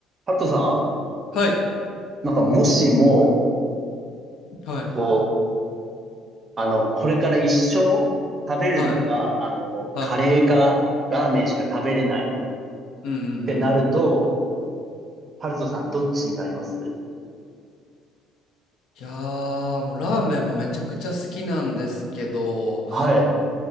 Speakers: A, on the right (about 35°); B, on the left (about 65°).
A: ハルトさん、
B: はい、
A: なんかもしも、
B: はい、
A: こう、あの、これから一生食べるのが、
B: はい、
A: あの、
B: はい。
A: カレーかラーメンしか食べれないっ
B: うんうんうんう
A: てなると、
B: ん。
A: ハルトさんどっちになります
B: いやー、もうラーメンもめちゃくちゃ好きなんですけど、
A: はい。